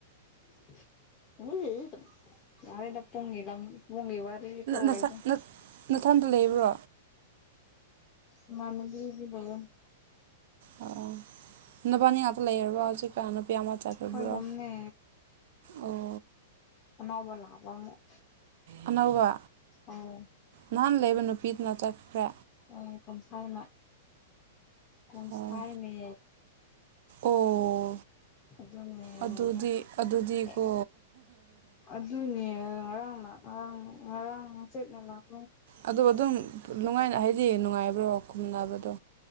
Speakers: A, on the left (about 25°); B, on the right (about 55°).
A: <unintelligible> ꯌꯥꯔꯦꯗ ꯄꯨꯡꯒꯤ ꯂꯝ ꯄꯨꯡꯒꯤ ꯋꯥꯔꯤ ꯇꯧꯔꯦꯀꯣ
B: ꯅꯁꯥ ꯅ ꯅꯊꯟꯇ ꯂꯩꯕ꯭ꯔꯣ
A: ꯏꯃꯥꯟꯅꯕꯤ ꯑꯃꯗꯤ ꯂꯩꯌꯦ
B: ꯑꯣ ꯅꯕꯥꯟꯅꯤ ꯉꯥꯛꯇ ꯂꯩꯔꯕ꯭ꯔꯣ ꯍꯧꯖꯤꯛꯀꯥꯟ ꯑꯃ ꯆꯠꯈ꯭ꯔꯕ꯭ꯔꯣ
A: ꯈꯣꯏ ꯑꯍꯨꯝꯅꯦ
B: ꯑꯣ
A: ꯅꯅꯧꯕ ꯂꯥꯛꯑꯕ ꯑꯃꯨꯛ
B: ꯑꯅꯧꯕ
A: ꯑꯧ
B: ꯅꯍꯥꯟ ꯂꯩꯕ ꯅꯨꯄꯤꯗꯨꯅ ꯆꯠꯈ꯭ꯔꯦ
A: ꯑꯥ ꯄꯨꯡꯁꯥꯏ ꯃ ꯄꯨꯡꯁꯥꯏꯃꯦ
B: ꯑꯣ ꯑꯣ
A: ꯑꯗꯨꯅꯦ
B: ꯑꯗꯨꯗꯤ
A: ꯑꯗꯨ
B: ꯑꯗꯨꯗꯤꯀꯣ
A: ꯑꯦ ꯑꯗꯨꯅꯦ ꯉꯔꯥꯡꯅ ꯉꯔꯥꯡ ꯉꯔꯥꯡ ꯃꯆꯦꯠꯅ ꯂꯥꯛꯄ
B: ꯑꯗꯣ ꯑꯗꯨꯝ ꯅꯨꯡꯉꯅ ꯍꯥꯏꯗꯤ ꯅꯨꯡꯉꯥꯏꯕ꯭ꯔꯣ ꯈꯨꯝꯅꯕꯗꯣ